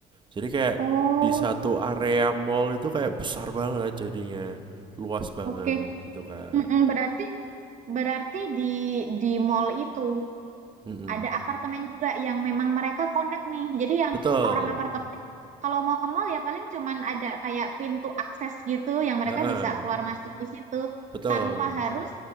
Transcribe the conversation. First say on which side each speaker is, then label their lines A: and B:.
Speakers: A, on the right; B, on the right.
A: Jadi kayak
B: Oh
A: di satu area mall itu kayak besar banget jadinya, luas banget
B: oke.
A: gitu Kak.
B: Mm-mm, Berarti Berarti di di mall itu
A: Mm-mm.
B: ada apartemen juga yang memang mereka connect nih. Jadi yang
A: Betul.
B: orang apartemen kalau mau ke mall ya paling cuman ada kayak pintu akses gitu yang mereka
A: Heeh,
B: bisa keluar masuk di situ
A: betul,
B: tanpa harus